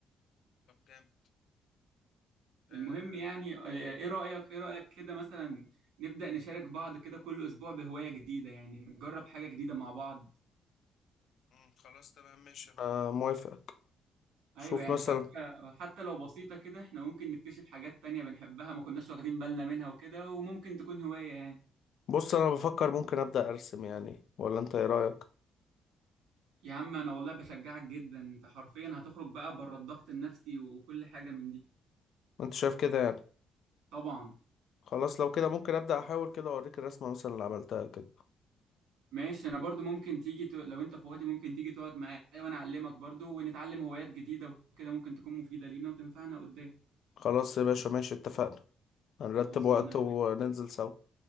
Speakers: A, on the left (about 65°); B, on the right (about 80°).
A: طب جامد آه،
B: المهم يعني آه، ايه رأيك ايه رأيك كده مثلا نبدأ نشارك بعض كده كل اسبوع بهواية جديدة يعني نجرب حاجة جديدة مع بعض
A: مم، خلاص تمام ماشي انا موافقك
B: ايوه
A: شوف
B: يعني
A: مثلا
B: حتى حتى لو بسيطة كده احنا ممكن نكتشف حاجات تانية بنحبها ما كناش واخدين بالنا منها وكده وممكن تكون هواية يعني
A: بص انا بفكر ممكن ابدا ارسم يعني ولا انت ايه رايك
B: يا عم انا والله بشجعك جدا انت حرفيا هتخرج بقى بره الضغط النفسي وكل حاجة من دي
A: انت شايف كده يعني
B: طبعا
A: خلاص لو كده ممكن ابدا احاول كده اوريك الرسمه مثلا اللي عملتها كده
B: ماشي انا برضو ممكن تيجي ت... لو انت فاضي ممكن تيجي تقعد معايا وانا اعلمك برضو ونتعلم هوايات جديدة وكده ممكن تكون مفيدة لينا وتنفعنا قدام
A: خلاص يا باشا ماشي اتفقنا هنرتب
B: خلصانة
A: وقت
B: يا
A: وننزل
B: باشا
A: سوا